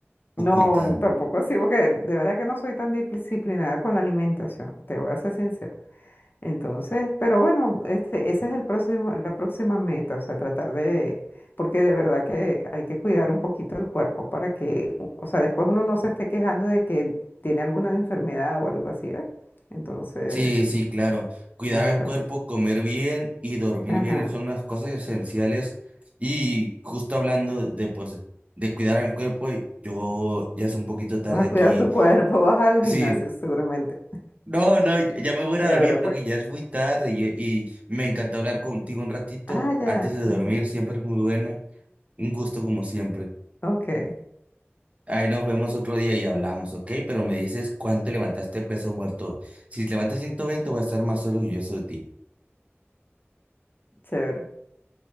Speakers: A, on the right; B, on the left.
A: ocultando.
B: No, n- tampoco así, porque de verdad que no soy tan disciplinada con la alimentación, te voy a ser sincero. Entonces, pero bueno, este, ese es el próximo, la próxima meta, o sea, tratar de, porque de verdad que hay que cuidar un poquito el cuerpo para que, u- o sea, después uno no se esté quejando de que tiene alguna enfermedad o algo así, ¿ves? Entonces,
A: Sí, sí, claro. Cuidar
B: claro,
A: el cuerpo, comer bien y dormir
B: ajá,
A: bien son unas cosas esenciales. Y justo hablando de, pues, de cuidar al cuerpo, yo ya es un poquito tarde
B: vas a cuidar
A: aquí.
B: tu cuerpo, <laughs> vas al
A: Sí,
B: gimnasio seguramente.
A: no, no, ya me voy a ir
B: Chévere,
A: a dormir porque
B: pues.
A: ya es muy tarde y, y me encantó hablar contigo un ratito
B: Ah, ya,
A: antes de
B: ujú,
A: dormir, siempre es muy buena, Un gusto como siempre.
B: ok,
A: Ahí nos vemos otro día y hablamos, ¿ok? Pero me dices cuánto levantaste peso muerto. Si levantas 120, voy a estar más orgulloso de ti.
B: chévere.